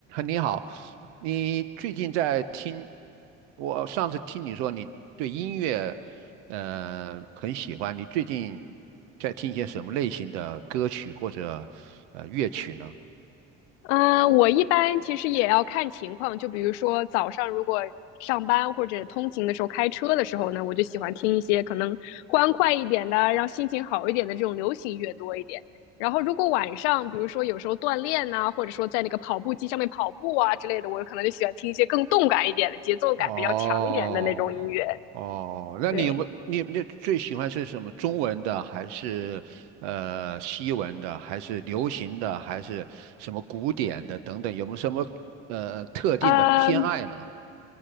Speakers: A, on the right; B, on the left.
A: 你好，你最近在听？我上次听你说你对音乐，呃，很喜欢。你最近在听一些什么类型的歌曲或者呃乐曲呢？
B: 嗯，我一般其实也要看情况，就比如说早上如果上班或者通勤的时候开车的时候呢，我就喜欢听一些可能欢快一点的，让心情好一点的这种流行乐多一点。然后如果晚上，比如说有时候锻炼呐、或者说在那个跑步机上面跑步啊之类的，我可能就喜欢听一些更动感一点的、节奏感比较强一点的那种音乐。
A: 哦哦，那你有没你你那最喜欢是什么？
B: 对，
A: 中文的还是呃西文的，还是流行的，还是什么古典的等等？有没有什么呃特定的偏爱呢？
B: 嗯。